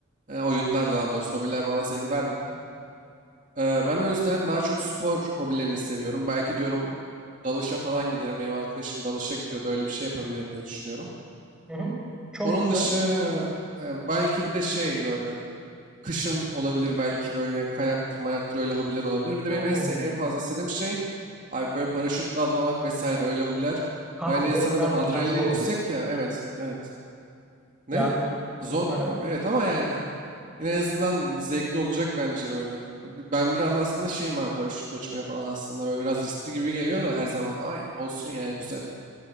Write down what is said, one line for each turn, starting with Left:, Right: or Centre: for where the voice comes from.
Right: e, oyunlar daha doğrusu hobiler bana zevk vermiyor. Ee, ben o yüzden daha çok spor hobilerini seviyorum. Belki diyorum dalışa falan giderim. Benim arkadaşım dalışa gidiyordu. Öyle bir şey yapabilirim diye düşünüyorum.
Centre: Hı hı. Çok
Right: Onun
Centre: güzel.
Right: dışı e, belki bir de şey böyle kışın olabilir belki böyle kayaktır, mayaktır öyle hobiler olabilir. Bir de
Centre: Hmm.
Right: benim en, se- en fazla istediğim şey abi böyle paraşütle atlamak vesaire öyle hobiler.
Centre: Abi
Right: Bence
Centre: o
Right: insanın
Centre: hobiler
Right: bir adrenalin
Centre: de biraz zor
Right: yüksek
Centre: ya.
Right: ya. Evet, evet. Ne?
Centre: Yani
Right: Zor
Centre: <laughs>
Right: abi. Evet ama yani Yine en azından zevkli olacak bence böyle. Ben biraz aslında şeyim abi paraşütle uçmaya falan aslında böyle biraz riskli gibi geliyor da her zaman ama olsun yani güzel.